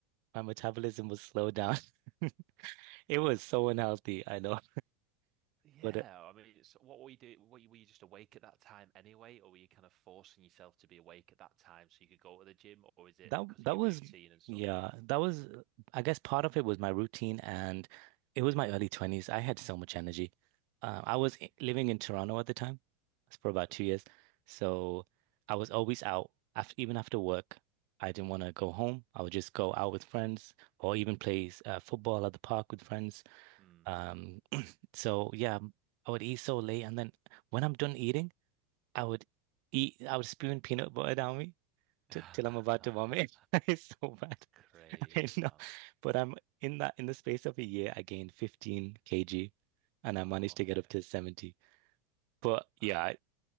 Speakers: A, on the right; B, on the right.
A: my metabolism was slowed down. <laughs> It was
B: That's
A: so unhealthy, I know.
B: yeah.
A: But uh,
B: I mean, it's what were you do? Were you, were you just awake at that time anyway, or were you kind of forcing yourself to be awake at that time so you could go to the gym, or is it
A: that
B: because
A: that
B: of your
A: was
B: routine and stuff?
A: yeah, that was uh, I guess part of it was my routine and it was my early 20s. I had so much energy. Uh,
B: Hmm.
A: I was i- living in Toronto at the time for about
B: Cool.
A: two years. So I was always out after even after work. I didn't want to go home. I would just go out with friends or even play uh, football at the park with friends.
B: Hmm.
A: Um, So yeah, I would eat so late, and then when I'm done eating, I would eat. I would spoon peanut butter down me
B: <laughs>
A: till, till I'm about
B: That's
A: to vomit. <laughs> It's so bad.
B: crazy,
A: <laughs> I mean, no,
B: man.
A: but I'm in that in the space of a year, I gained 15 kg, and I
B: Wow.
A: managed to
B: Okay.
A: get up to 70. But
B: That's
A: yeah,
B: a
A: it,